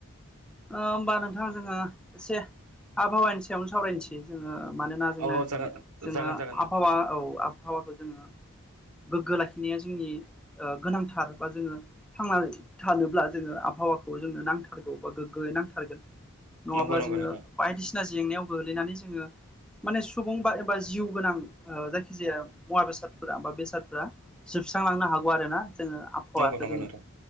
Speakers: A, in the centre; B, on the right.
A: होमबा नोंथां जोङो एसे आबहावानि सायावनो सावरायनोसै जोङो मानोना जोङो
B: अ जागोन
A: जोङो
B: जागोन
A: आबहावा औ आबहावाखौ जोङो गोग्गो लाखिनाया जोंनि गोनांथार बा जोङो थांनानै थानोब्ला जोङो आबहावाखौ जोंनो नांथारगौ बा गोग्गो नांथारगोन।
B: जागोन
A: नङाब्ला जोङो
B: नोंथां
A: बायदिसिना जेंनायाव गोग्लैनानै जोङो माने सुबुं बा एबा जिउ गोनां ओ जायखिजाया मुवा बेसादफोरा बा बेसाद फोरा जोबस्रांलांनो हागौ आरोना जोङो आबहाखौ
B: नंगौ नंगौ नोंथां नंगौ
A: जों
B: नोंथां